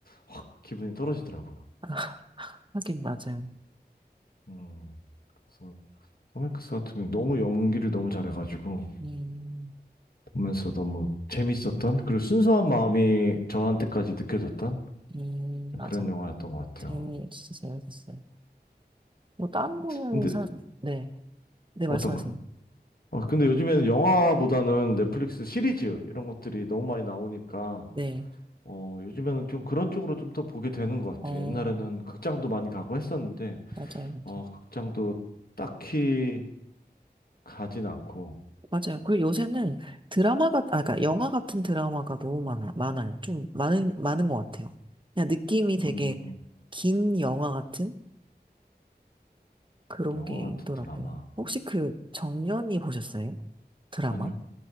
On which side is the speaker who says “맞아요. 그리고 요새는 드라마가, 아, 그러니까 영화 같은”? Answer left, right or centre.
Right